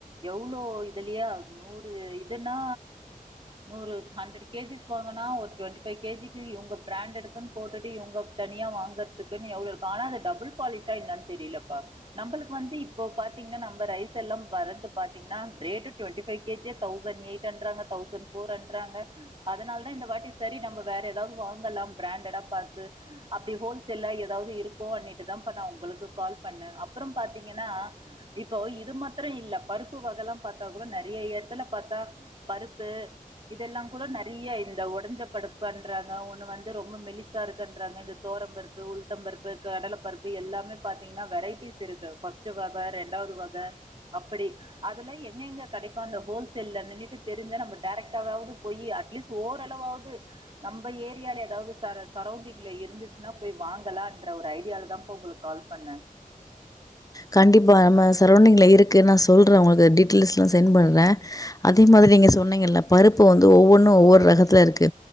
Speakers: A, on the right; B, on the left.
A: எவ்ளோ இதுலையா நூறு இதுன்னா நூறு ஹண்ட்ரட் கே ஜிஸ் வாங்கனா ஒரு டுவெண்ட்டி ஃபைவ் கேஜிக்கு இவங்க பிராண்டடுக்குன்னு போட்டுட்டு இவங்க தனியா வாங்கறதுக்குன்னு எவ்ளவு இருக்கு ஆனா அது டபுள் பாலிஷா என்னானு தெரியலப்பா நம்மளுக்கு வந்து இப்போ பாத்தீங்கன்னா நம்ம ரைஸ் தெல்லா வர்றது பாத்தீங்கன்னா ரேட்டு டுவெண்ட்டி ஃபைவ் கே ஜிய தௌசண் எயிட்டன்றாங்க தௌசண் ஃபோருன்றாங்க அதனால தா இந்த வாட்டி சரி நம்ம வேற எதாவது வாங்கலா ப்ராண்டடா பாத்து அப்டி ஹோல்சேல்லா எதாவது இருக்குன்னிட்டுதாப்பா ஒங்களுக்கு கால் பண்ணே <unintelligible> பாத்தீங்கன்னா இப்போ இது மாத்ர இல்ல பருப்பு வகல்லா பாத்தா கூட நெ றையா எடத்துல பாத்தா பருப் து இதெல்லா கூட நறைய இந்த ஒடஞ்ச பருப்புன்றாங்க ஒன்னு வந்து ரொம்ப மெலிசா இருக்குன்றாங்க இது தொவரம்பருப்பு உளுத்தம்பருப்பு கடலப்பருப்பு எல்லாமே பாத்தீங்கன்னா வெரைட்டிஸ் திருக்கு ஃபஸ்ட் வக ரெண்டாவது வக அப்படி அதுல எங்க எங்க கெடைக்கு அந்த ஹோல்சேல்லன்னுக்கு தெரிஞ்சா நம்ம டெரெக்ட்டாவாது போயி அட்லீஸ்ட்டு ஓரளவாவது நம்ப ஏரியால எதாவது சர சரௌண்டிங்ல இருந்துச்சுன்னா போய் வாங்கலான்ற ஒரு ஐடியால தாப்பா ஒங்களுக்கு கால் பண்ண
B: கண்டிப்பா நம்ம சரௌண்டிங்ல இருக்கு நா சொல்றே உங்களுக்கு டீடைல்லிஸ்ட்லா சென்ட் பண்றே அதே மாதிரி நீங்க சொன்னீங்கள பருப்பு வந்து ஒவ்வொன்னு ஒவ்வொரு ரகத்துல இருக்கு